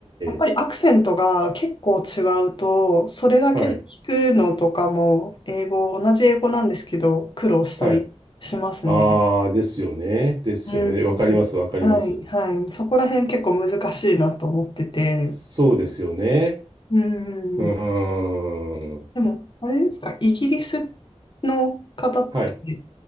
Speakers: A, on the left (about 45°); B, on the right (about 45°).
A: やっぱりアクセントが結構違うと、
B: え、
A: それだけで聞くのとかも、
B: はい、
A: 英語、同じ英語なんですけど、苦労したりしますね。
B: はい。ああ、ですよね。ですよね。
A: うん。
B: わかります、わかります。
A: はい、はい。そこら辺結構難しいなと思ってて。
B: そうですよね。
A: うん。
B: うーん。
A: でも、あれですか、イギリスの方って、
B: はい。